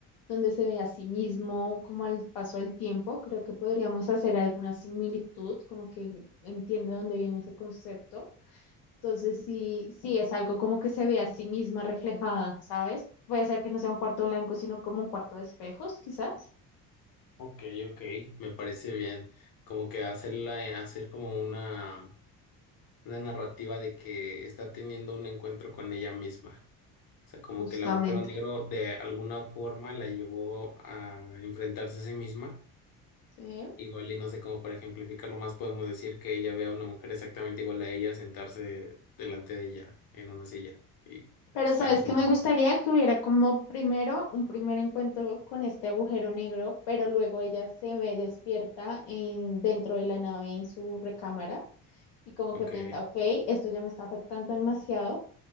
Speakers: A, on the left; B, on the left.
A: donde se ve a sí mismo, como al paso del tiempo. Creo que podríamos hacer alguna similitud, como que entiende dónde viene ese concepto. Entonces, sí, sí, es algo como que se ve a sí misma reflejada, ¿sabes? Puede ser que no sea un cuarto blanco, sino como un cuarto de espejos, quizás.
B: ok, ok, me parece bien. Como que hacerla, hacer como una, una narrativa de que está teniendo un encuentro con ella misma. O sea, como
A: Justamente.
B: que el agujero negro de alguna forma la llevó a enfrentarse a sí misma.
A: Sí.
B: Igual y no sé cómo para ejemplificarlo más podemos decir que ella ve a una mujer exactamente igual a ella sentarse delante de ella en una silla y
A: Pero
B: estar
A: sabes
B: frente
A: que me
B: a un-
A: gustaría que hubiera como primero un primer encuentro con este agujero negro, pero luego ella se ve despierta en, dentro de la nave en su recámara y como
B: Ok,
A: que piensa, ok, esto ya me está afectando demasiado,